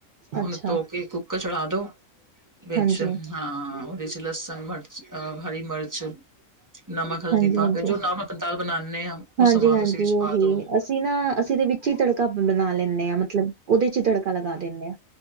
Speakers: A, on the right; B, on the right.
A: ਉਹਨੂੰ
B: ਅੱਛਾ
A: ਧੋ ਕੇ ਕੁੱਕਰ ਚਲਾ ਦੋ ਵਿੱਚ
B: ਹਾਂਜੀ
A: ਹਾਂ ਉਹਦੇ ਚ ਲਸਨ, ਮਿਰਚ ਅਹ ਹਰੀ ਮਿਰਚ ਨਮਕ ਹਲਦੀ
B: ਹਾਂਜੀ
A: ਪਾ
B: ਹਾਂਜੀ
A: ਕੇ ਜੋ ਨੋਰਮਲ ਦਾਲ ਬਣਾਉਂਦੇ ਆ ਉਹ
B: ਹਾਂਜੀ
A: ਸਮਾਨ
B: ਹਾਂਜੀ
A: ਤੁਸੀਂ ਵਿੱਚ ਪਾ
B: ਉਹੀ
A: ਦੋ
B: ਅਸੀਂ ਨਾ ਅਸੀਂ ਦੇ ਵਿੱਚ ਹੀ ਤੜਕਾ ਬਣਾ ਲੈਂਦੇ ਹਾਂ। ਮਤਲਬ ਉਹਦੇ ਚ ਤੜਕਾ ਲਗਾ ਦਿੰਦੇ ਹਾਂ,